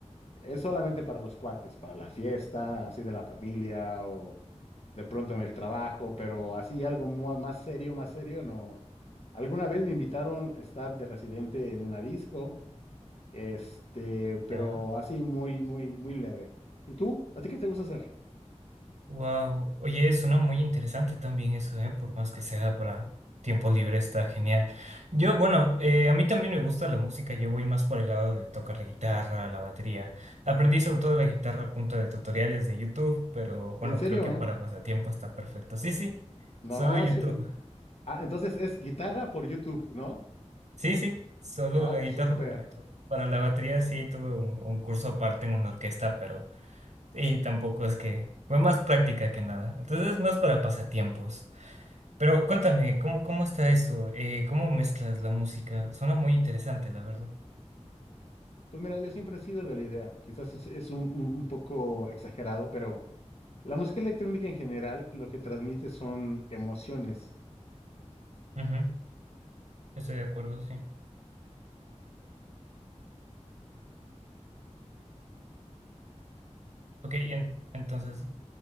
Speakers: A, on the left; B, on the right.
A: es solamente para los cuates, para la fiesta, así de la familia o de pronto en el trabajo, pero así algo mua- más serio, más serio, no. Alguna vez me invitaron a estar de residente en una disco, este, pero
B: Ya.
A: así muy, muy, muy leve. ¿Y tú? ¿A ti qué te gusta hacer?
B: Wow. Oye, suena muy interesante también eso, ¿eh? Por más que sea para tiempo libre, está genial. Yo, bueno, eh, a mí también me gusta la música, yo voy más por el lado de tocar la guitarra, la batería. Aprendí sobre todo la guitarra a punta de tutoriales de YouTube, pero bueno,
A: ¿En serio?
B: creo que para pasatiempo está perfecto. Sí, sí,
A: No,
B: solo YouTube.
A: su- Ah, entonces es guitarra por YouTube, ¿no?
B: Sí, sí, solo
A: No,
B: la guitarra
A: súper.
B: porque to- para la batería sí tuve un, un curso aparte en una orquesta, pero y tampoco es que fue más práctica que nada. Entonces más para pasatiempos. Pero cuéntame, ¿cómo, cómo está eso? Eh, ¿cómo mezclas la música? Suena muy interesante, la verdad.
A: Pues mira, yo siempre he sido de la idea. Quizás es, es un, un- un poco exagerado, pero la música electrónica en general lo que transmite son emociones.
B: Ujú, Estoy de acuerdo, sí. Ok, en- entonces,